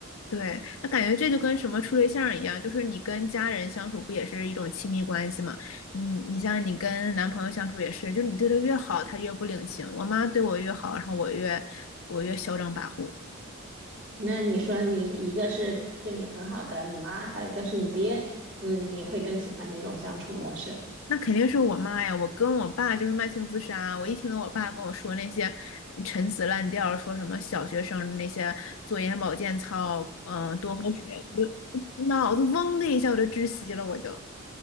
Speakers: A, on the left (about 80°); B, on the right (about 55°).
A: 对，那感觉这就跟什么处对象儿一样，就是你跟家人相处不也是一种亲密关系吗？嗯，你像你跟男朋友相处也是，就是你对他越好，他越不领情。我妈对我越好，然后我越我越嚣张跋扈。
B: 那你说你一个是对你很好的你妈，还有一个是你爹，嗯，你会更喜欢哪种相处模式？
A: 那肯定是我妈呀！我跟我爸就是慢性自杀啊。我一听到我爸跟我说那些陈词滥调，说什么小学生那些做眼保健操，嗯，多喝水，我就 <laughs> 脑子嗡的一下我就窒息了，我就。